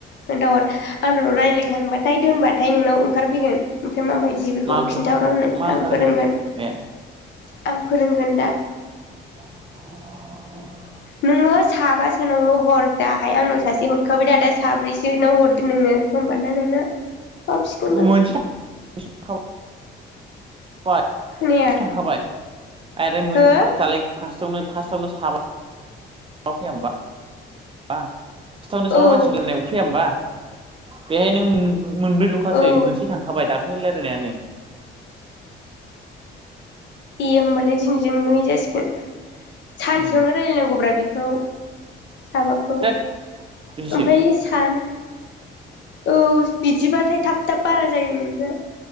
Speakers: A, on the left; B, on the right.
A: खोन्थाहर आंनाव रायलायखांबाथाय दोनबाथाय नोंनाव ओंखारफैगोन फाय माबायदि बेखौ
B: मा ओंखार
A: खिन्थाहर आंनो
B: मा
A: आं
B: ओंखारगोन
A: फोरोंगोन
B: ए
A: आं फोरोंगोन दा
B: <inaudible>
A: नोङो साबासोनावल' हर दाहाय आंनाव सासे हरखाबाय दा दा साब्रैसोनाव हरदो नोङो होमबानोना नोंना हाबसिगोनबो
B: मोनसे <inaudible> बाय
A: खोनाया
B: थांखाबाय आरो मोन
A: हो
B: दालाइ फासथ फार्स्टावनो साबा फैया होमबा हा फासस्थावनो साबा
A: औ
B: मा मानसिजों रायलायनायावसो फैया होमबा बेहाय नों मोनब्रै लखासै
A: औ
B: मोनसे थांखाबाय दा ओरैनो रायलायनाया
A: ए होमबालाय दिनैजों नै जासिगोन फाय सानसेयावनो
B: उम
A: रायलायनांगौब्रा बेखौ साबाखौ
B: थोद बिदिसो
A: ओमफाय सान औ बिदिबाथाय थाब थाब बारा जायो नोंना